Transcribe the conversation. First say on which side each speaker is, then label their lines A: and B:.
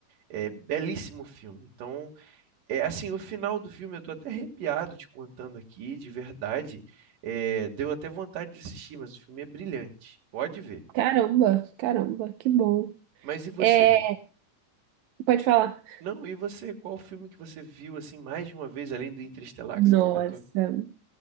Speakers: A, on the right; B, on the right.
A: É belíssimo o filme. Então. É, assim, o final do filme, eu tô até arrepiado te contando aqui, de verdade. É, deu até vontade de assistir, mas o filme é brilhante. Pode ver.
B: Caramba, caramba, que bom.
A: Mas e você?
B: É, pode falar.
A: Não, e você? Qual filme que você viu, assim, mais de uma vez, além do Interestelar
B: Nossa.
A: que você comentou?